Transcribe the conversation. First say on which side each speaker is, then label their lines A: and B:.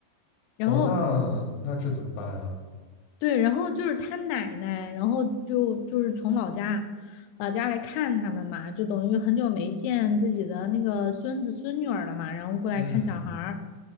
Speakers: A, on the left (about 90°); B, on the left (about 75°).
A: 然后
B: 哦，那那这怎么办啊？
A: 对，然后就是他奶奶，然后就就是从老家老家来看他们嘛，就等于很久没见自己的那个孙子孙女儿了嘛，然后过来看小孩儿，
B: 嗯